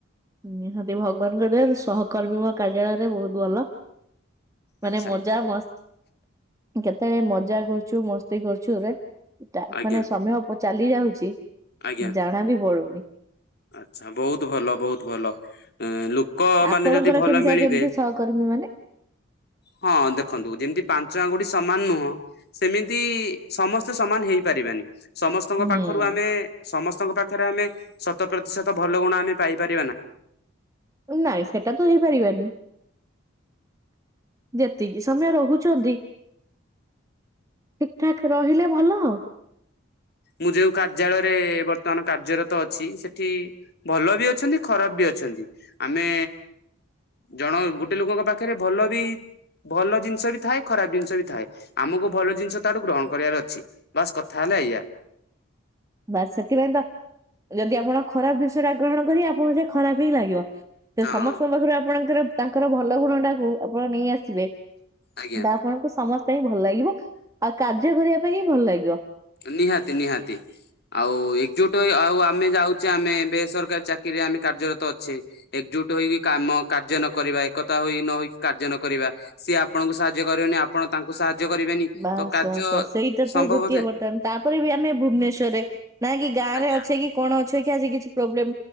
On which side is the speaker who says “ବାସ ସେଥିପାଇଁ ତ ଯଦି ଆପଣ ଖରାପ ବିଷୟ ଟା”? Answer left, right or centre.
Right